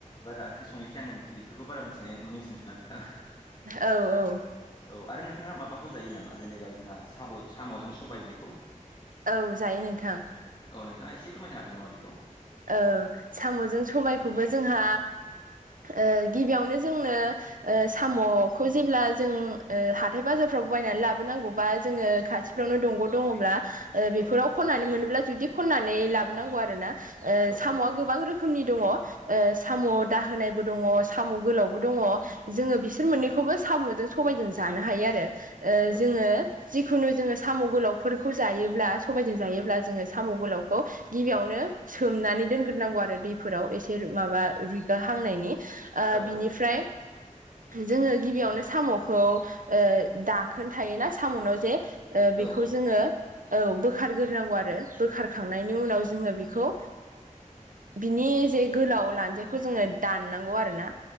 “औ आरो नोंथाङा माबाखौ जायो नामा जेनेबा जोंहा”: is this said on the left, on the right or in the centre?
Left